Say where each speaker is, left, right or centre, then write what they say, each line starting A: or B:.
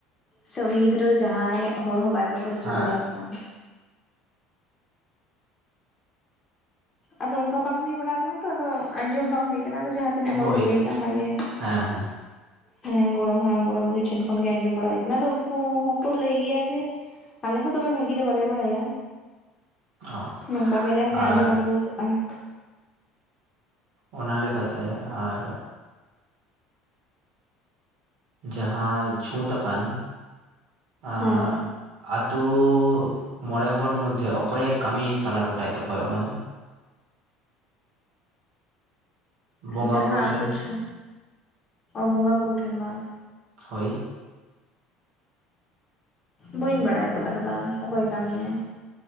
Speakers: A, on the left (about 20°); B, on the right (about 55°).
A: ᱥᱮ ᱩᱱᱤ ᱜᱤᱫᱽᱨᱟᱹ ᱫᱚ ᱡᱟᱦᱟᱸᱭ ᱦᱚᱲ ᱦᱚᱸ ᱵᱟᱭ ᱵᱚᱛᱚᱨ ᱦᱚᱪᱚ
B: ᱦᱮᱸ
A: ᱫᱟᱲᱮ ᱟᱠᱚᱣᱟ᱾ ᱟᱫᱚ ᱚᱱᱠᱟ ᱵᱟᱝ ᱦᱩᱭ ᱵᱟᱲᱟ ᱟᱠᱟᱱᱟ ᱛᱚ ᱟᱫᱚ ᱟᱸᱡᱚᱢ ᱵᱟᱝ ᱦᱩᱭ ᱟᱠᱟᱱᱟ ᱟᱫᱚ ᱡᱟ ᱛᱤᱱᱟᱹᱜ ᱦᱚᱲ
B: ᱦᱳᱭ
A: ᱠᱚ ᱞᱟᱹᱭ ᱠᱟᱜᱼᱟ ᱚᱱᱟ ᱜᱮ᱾
B: ᱦᱮᱸ ᱦᱮᱸ
A: ᱦᱮᱸ ᱜᱚᱲᱚᱢ ᱦᱟᱲᱟᱢ ᱜᱚᱲᱚᱢ ᱵᱩᱰᱦᱤ ᱴᱷᱮᱱ ᱠᱷᱚᱱ ᱜᱮ ᱟᱸᱡᱚᱢ ᱵᱟᱲᱟ ᱦᱩᱭ ᱟᱠᱟᱱᱟ, ᱩᱱᱠᱩ ᱦᱚᱸᱠᱚ ᱞᱟᱹᱭ ᱜᱮᱭᱟ ᱡᱮ ᱟᱞᱮ ᱦᱚ ᱫᱚᱢᱮ ᱵᱷᱟᱜᱤ ᱫᱚ ᱵᱟᱞᱮ ᱵᱟᱲᱟᱭᱟ᱾
B: ᱚ
A: ᱱᱚᱝᱠᱟ ᱜᱮ ᱟᱞᱮ ᱦᱚᱸᱞᱮ ᱟᱸᱡᱚᱢ
B: ᱟᱨ
A: ᱟᱹᱜᱩ ᱟᱠᱟᱜᱼᱟ᱾
B: ᱚᱱᱟ ᱞᱮᱠᱟ ᱛᱮ ᱟᱨ ᱡᱟᱸᱦᱟᱸ ᱪᱷᱩᱸᱛ ᱟᱠᱟᱱ ᱟ
A: ᱦᱮᱸ
B: ᱟᱛᱳ ᱢᱚᱬᱮ ᱦᱚᱲ ᱢᱚᱫᱽᱫᱷᱮ ᱚᱠᱚᱭᱮ ᱠᱟᱹᱢᱤ ᱥᱟᱞ ᱜᱚᱴᱟᱭ ᱛᱟᱠᱚᱣᱟ ᱚᱱᱟ ᱫᱚ? ᱵᱚᱸᱜᱟ
A: ᱡᱟᱸᱦᱟᱸ
B: ᱵᱩᱨᱩ
A: ᱟᱛᱳ
B: ᱴᱷᱮᱱ
A: ᱪᱷᱩ ᱵᱚᱸᱜᱟ ᱵᱩᱨᱩ ᱴᱷᱮᱱ ᱵᱟᱝ
B: ᱦᱳᱭ
A: ᱵᱟᱹᱧ ᱵᱟᱲᱟᱭ ᱜᱚᱫ ᱠᱟᱫᱟ, ᱚᱠᱚᱭ ᱠᱟᱹᱢᱟᱭ?